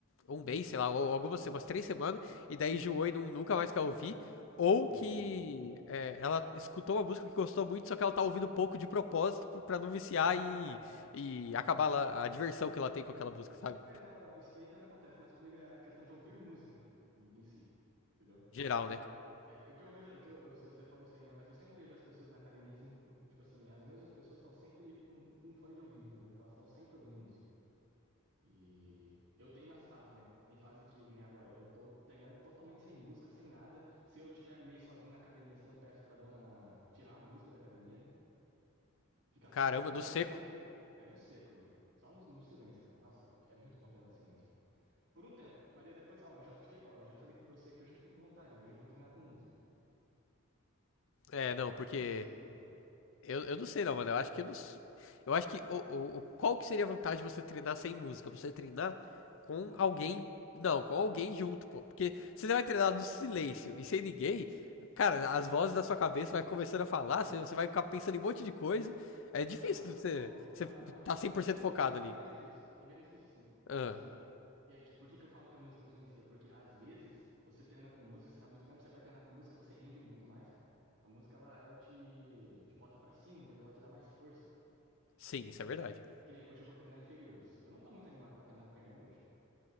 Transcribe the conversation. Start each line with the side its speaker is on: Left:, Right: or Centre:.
Left: um mês, sei lá, ou algumas umas três semanas, e daí enjoou e não- nunca mais quer ouvir. Ou
Right: Hum.
Left: que é, ela escutou uma música que gostou muito, só que ela tá ouvindo pouco de propósito pra não viciar e, e acabar lá- a diversão que ela tem com aquela música, sabe?
Right: É, não, não, isso daí também acontece, mas comigo é a questão de ouvir música em, em si, entendeu?
Left: Geral, né?
Right: É, o que eu vejo, o que eu, eu, você falou isso aí, né? Mas eu sempre vejo as pessoas na academia, assim, tipo assim, as mesmas pessoas estão sempre com, com um fone de ouvido, entendeu? Então elas estão sempre ouvindo música. E eu tenho minhas fases, né? Tem fase que, que nem agora, eu tô treinando totalmente sem música, sem nada. Se eu tiver meio sozinho na academia, assim, eu peço pra dona tirar a música da academia, né? Ficar
Left: Caramba,
Right: só, só o barulho,
Left: no seco.
Right: só o, é, no seco ali. Só no, no silêncio, cara. Nossa, é muito bom treinar no silêncio. Por um tempo. Mas daí depois, ó, eu já fiquei, ó, eu já falei com você que eu já fiquei com vontade. Hoje eu vou treinar com música.
Left: É,
Right: Daí Eu vou
Left: não,
Right: entrar
Left: porque
Right: no ciclo de novo.
Left: Eu, eu não sei não, mano. Eu acho que eu não. s- Eu acho que o, o- o- qual que seria a vantagem de você treinar sem música? Você treinar com
Right: Foco.
Left: alguém, não, com alguém junto, pô. Porque se você vai treinar no silêncio e sem ninguém, cara, as vozes da sua cabeça vai começando a falar, você, você vai ficar pensando em um monte de coisa. É difícil
Right: Tá, tá.
Left: de você,
Right: Ó, não,
Left: você
Right: não, não,
Left: tá
Right: não,
Left: cem
Right: mas
Left: por
Right: eu
Left: cento
Right: tô falando
Left: focado
Right: assim que
Left: ali.
Right: tem benefício. Tem benefício sim. Tipo
Left: Ah,
Right: assim, é que- por que que eu falo que a música influencia? Porque às vezes você treina com música, você dá muito tempo, você vai treinar com música, você rende muito mais, cara. A música, ela, ela te, te bota pra cima, entendeu? Ela te dá mais força.
Left: sim, isso é verdade.
Right: Que nem hoje eu vou treinar inferiores. Eu não tô muito animado pra treinar perna hoje, cara.